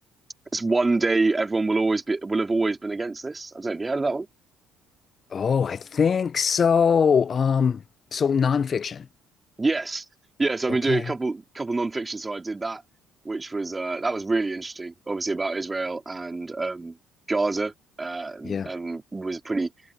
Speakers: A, on the right (about 20°); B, on the left (about 40°).
A: It's one day everyone will always be will have always been against this. I don't know, have you heard of that one?
B: Oh, I think so. Um, so nonfiction.
A: Yes. Yeah, so I've
B: Okay.
A: been doing a couple couple non-fiction. So I did that, which was uh that was really interesting, obviously about Israel and um Gaza. Uh, and,
B: Yeah.
A: and was pretty